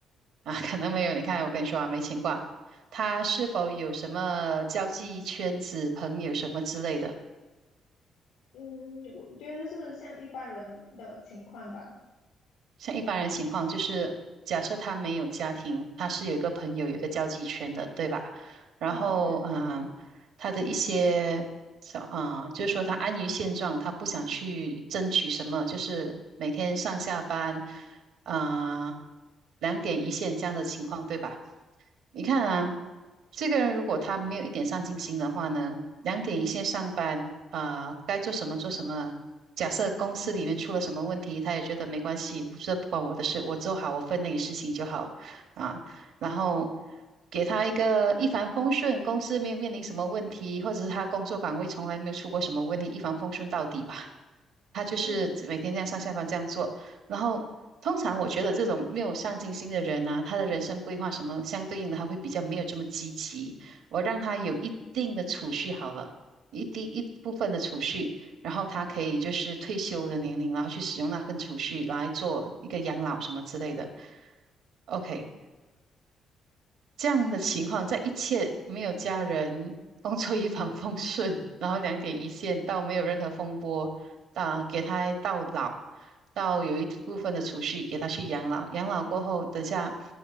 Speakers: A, on the right; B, on the left.
A: 啊？可能没有。你看，我跟你说啊，没牵挂。他是否有什么交际圈子、朋友什么之类的？
B: 嗯，我觉得是像一般人的情况吧，
A: 像一般人情况，就是假设他没有家庭，他是有一个朋友，有一个交际圈的，对吧？然后，
B: 嗯，对，
A: 嗯，他的一些，啊、嗯就是说他安于现状，他不想去争取什么，就是每天上下班，啊、两点一线这样的情况，对吧？你看啊，这个人如果他没有一点上进心的话呢，两点一线上班啊，该做什么做什么。假设公司里面出了什么问题，他也觉得没关系，我这不关我的事，我做好我分内的事情就好啊。然后给他一个一帆风顺，公司没有面临什么问题，或者是他工作岗位从来没有出过什么问题，一帆风顺到底吧。他就是每天这样上下班这样做。
B: 嗯
A: 然后，通常我觉得这种没有上进心的人呢、他的人生规划什么相对应的，他会比较没有这么积极。我让他有一定的储蓄好了，一定一部分的储蓄，然后他可以就是退休的年龄，然后去使用那份储蓄来做一个养老什么之类的。OK，这样的情况，在一切没有家人、工作一帆风顺，<laughs> 然后两点一线，到没有任何风波，啊，给他到老，到有一部分的储蓄给他去养老。养老过后，等下